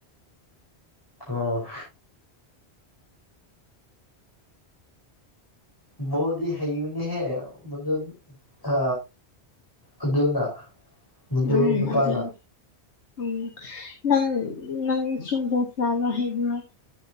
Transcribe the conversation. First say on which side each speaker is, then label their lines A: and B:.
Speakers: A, on the left; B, on the left.
A: ꯑ ꯕꯣꯜꯗꯤ ꯍꯩꯕꯅꯤꯍꯦ ꯃꯗꯨ ꯑ ꯑꯗꯨꯅ ꯃꯗꯨ
B: ꯎꯝ
A: ꯅꯨꯄꯥꯅ
B: ꯑꯗꯨꯅꯤ <unintelligible>